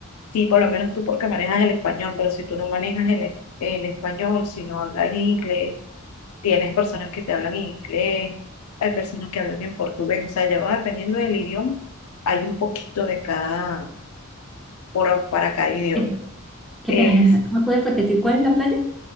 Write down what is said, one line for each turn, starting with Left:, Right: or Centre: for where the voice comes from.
Left: Sí, por lo menos tú porque manejas el español, pero si tú no manejas el, el español, si no hablas inglés, Tienes personas que te hablan en inglés, hay personas que hablan en portugués, o sea, ya va dependiendo del idioma, hay un poquito de cada, por, para cada idioma.
Centre: Eh, Qué
Left: Es,
Centre: pena, Angélica, ¿me puedes repetir cuál es la playa?